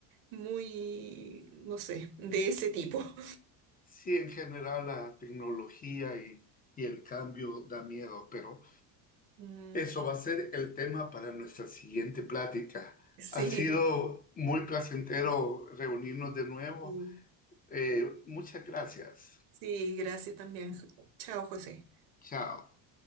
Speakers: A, on the right; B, on the left.
A: muy, no sé, de ese tipo. <laughs>
B: Sí, en general la tecnología y, y el cambio da miedo, pero
A: Mm,
B: eso va a ser el tema para nuestra siguiente plática.
A: sí,
B: Ha sido muy placentero reunirnos de nuevo.
A: sí,
B: Eh, muchas gracias.
A: sí, gracias también. Chao, José.
B: Chao.